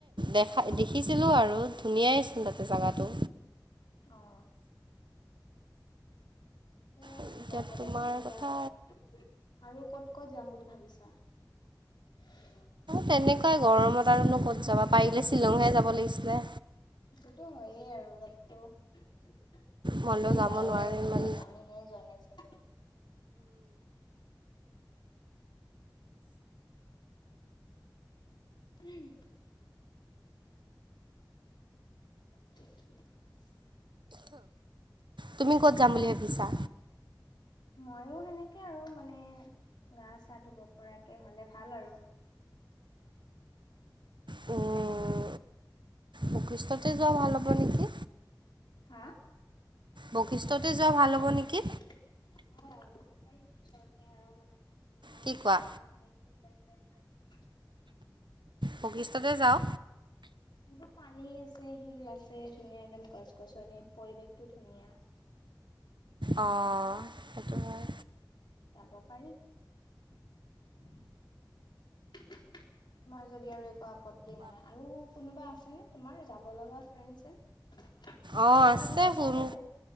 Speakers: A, on the right (about 80°); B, on the left (about 75°).
A: দেখা দেখিছিলোঁ আৰু ধুনীয়াই আছিল তাতে জেগাটো।
B: অ'। এয়া
A: এতিয়া
B: আৰু যাব
A: তোমাৰ
B: লাগিব দিয়া
A: কথা
B: আৰু। আৰু ক'ত ক'ত যাম বুলি ভাবিছা? <unintelligible>
A: তেনেকুৱাই গৰমত আৰুনো ক'ত যাবা পাৰিলে শ্বিলংহে যাব লাগিছিলে।
B: সেইটোতো হয়েই <unintelligible>
A: মনলৈ
B: চবেই
A: যাব
B: যায়ে
A: নোৱাৰে
B: আছে
A: ইমান
B: আৰু আমি হে যোৱা নাই চাগে। উম। <inaudible>
A: তুমি ক'ত যাম বুলি ভাবিছা?
B: ময়ো সেনেকে আৰু মানে গা চা ধুব পৰাকে হ'লে ভাল আৰু।
A: উম। বশিষ্ঠতে যোৱা ভাল হ'ব নেকি?
B: হা?
A: বশিষ্ঠতে যোৱা ভাল হ'ব নেকি?
B: অ' যাব পাৰি। ওচৰতে আৰু মানে ধুনীয়া
A: কি
B: চায়া
A: কোৱা
B: আছে, শিল আছে।
A: বশিষ্ঠতে যাওঁ।
B: বোলো পানী আছে, শিল আছে, ধুনীয়া একদম গছ-গছনি, পৰিৱেশটো ধুনীয়া। <inaudible>
A: অ'। সেইটো হয়।
B: যাব পাৰি। তোমাৰ যদি আৰু একো আপ পত্তি নাই, আৰু কোনোবা আছে নে, তোমাৰ যাব লগা ফ্ৰেণ্ড চেণ্ড?
A: অ'
B: বেছিকে
A: আছে
B: হ'লে
A: ফোন।
B: ভাল আৰু।